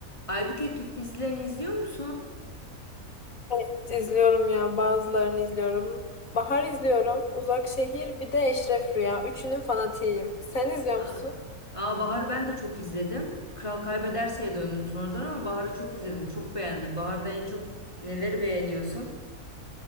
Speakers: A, on the left (about 20°); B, on the left (about 60°).
A: Aybüke Türk dizilerini izliyor musun?
B: Evet, izliyorum ya bazılarını izliyorum. Bahar izliyorum. Uzak Şehir bir de Eşref Rüya. Üçünün fanatiyim. Sen izliyor
A: Aa,
B: musun?
A: aa Bahar'ı ben de çok izledim. Kral Kaybederse'ye döndüm sonradan ama Bahar'ı çok izledim. Çok beğendim. Bahar'da en çok neleri beğeniyorsun?